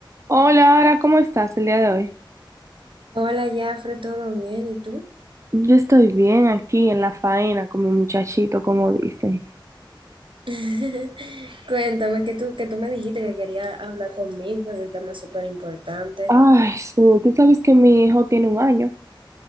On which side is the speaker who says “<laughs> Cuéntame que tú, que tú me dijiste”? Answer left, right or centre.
Right